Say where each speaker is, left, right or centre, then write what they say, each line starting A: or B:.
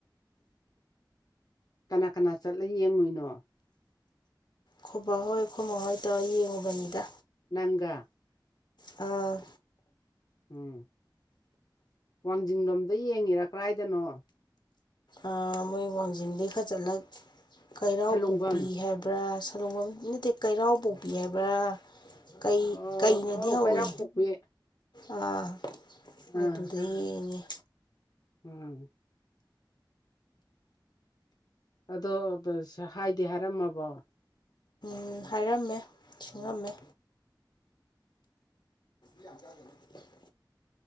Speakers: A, on the left (about 55°); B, on the left (about 70°).
A: ꯀꯅꯥ ꯀꯅꯥ ꯆꯠꯂ ꯌꯦꯡꯉꯨꯏꯅꯣ
B: ꯈꯣꯏꯕꯥ ꯍꯣꯏ ꯈꯣꯏꯃꯥꯍꯣꯏ ꯇꯧꯔ ꯌꯦꯡꯉꯨꯕꯅꯤꯗ
A: ꯅꯪꯒꯥ
B: ꯑꯥ
A: ꯎꯝ ꯋꯥꯡꯖꯤꯡ ꯂꯣꯝꯗ ꯌꯦꯡꯉꯤꯔ ꯀ꯭ꯔꯥꯏꯗꯅꯣ
B: ꯑ ꯃꯣꯏ ꯋꯥꯡꯖꯤꯡꯗꯒꯩ ꯈꯔ ꯆꯠꯂ ꯀꯩꯔꯥꯎ
A: ꯁꯂꯨꯡꯐꯝ
B: ꯄꯣꯛꯄꯤ ꯍꯥꯏꯕ꯭ꯔꯥ ꯂꯣꯡꯕꯝ ꯅꯠꯇꯦ ꯀꯩꯔꯥꯎ ꯄꯣꯛꯄꯤ ꯍꯥꯏꯕ꯭ꯔꯥ ꯀꯩ
A: ꯑꯣ
B: ꯀꯩꯅꯗꯤ
A: ꯑꯣ
B: ꯍꯧꯋꯦ
A: ꯀꯩꯔꯥꯛ ꯄꯣꯛꯄꯤ
B: ꯑꯥ ꯑꯗꯨꯗ
A: ꯑꯥ
B: ꯌꯦꯡꯉꯦ
A: ꯎꯝ ꯑꯗꯣ ꯍꯥꯏꯗꯤ ꯍꯥꯏꯔꯝꯃꯕꯣ
B: ꯎꯝ ꯍꯥꯏꯔꯝꯃꯦ ꯁꯤꯡꯉꯝꯃꯦ ꯌꯥꯝ <unintelligible>